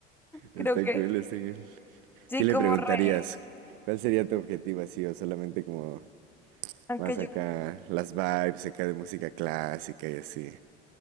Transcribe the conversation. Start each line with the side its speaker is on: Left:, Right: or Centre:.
Centre: Creo
Right: Está
Centre: que
Right: cool, está cool.
Centre: sí,
Right: ¿Qué le
Centre: como
Right: preguntarías?
Centre: re,
Right: ¿Cuál sería tu objetivo así o solamente como
Centre: aunque
Right: más
Centre: yo
Right: acá las vibes acá de música clásica y así?